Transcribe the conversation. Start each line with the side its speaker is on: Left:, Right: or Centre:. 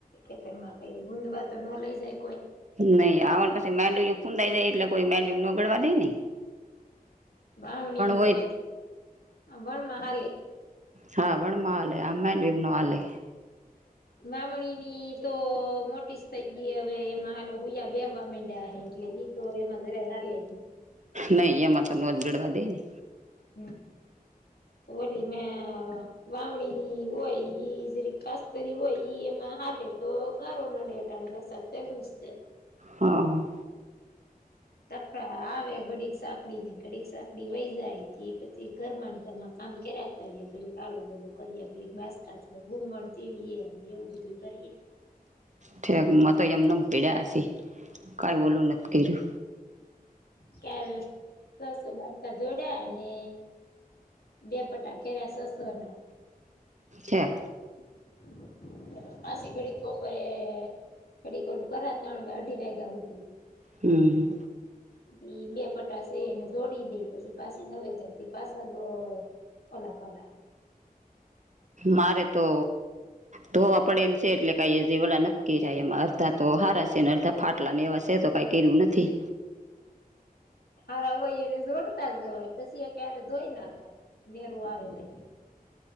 Left: ખેતર માં કઈ ઊંધવા તો ન લઇ જાય કોઈ
Right: નહી આવને પછી માંડુ ખુંડાઈ જાય એટલે કોઈ માંડુ નગળવા દે ન
Left: વાવણી ની
Right: હોય
Left: તો ભણમાં હાલે
Right: હા વણમાં હલે આમનમનો હલે
Left: મામણી ની તો મોટી જ થઈ ગઈ હવે એમાં હાલો હૂયા બેહવા મેડા્યા હે એટલે તો એ મજ ર હાર લ
Right: નઈ એમાં ત નોતગડવા દે ને
Left: હમ તો હોલી મે વાવણી ની હોય ઈજરી ખસ્તરી હોય એમાં હાલે તો ગારો નડે ટણીવા સત લુજ છે
Right: હા
Left: તફડા આવે ઘડીક સાપડી ને ઘડીક સાપડી વહી જાય થી પછી ઘરમાં ઘર કામ કે્યારે કરીએ ઘડી કાલ બોલો કરીએ ઘ બાસકાી ઘુંગણ ચીવીએ એવું બધું કરીએ
Right: ઠક મ તો એમને પીડ્યાસી કઈ બોલું નથી કર્યું
Left: ક્યારે રસો બાા જોડાયા ને બે પટા કે સસો ના
Right: અચ
Left: <unintelligible> કેેડી કોલું કર તણ અઢી વાગ્યા સુતી.
Right: હમ્મ.
Left: હમ્મ બે પટશ એને જોડી દે પછી પાછી નવે ચર થી પાસા હમ્મ ઓલા કોલા.
Right: મારે તો તો આપડે એમ છે એટલે કઈ નકી એમાં અડધા તો હારા છે ને અડધા ફાટ પટલા ને એવા છે તો કઈ કર્યું નથી.
Left: હાર વય એને જોડતા જવાય પછી એ ક્યારે ધોઈ નાખાય નેરું આવે તો.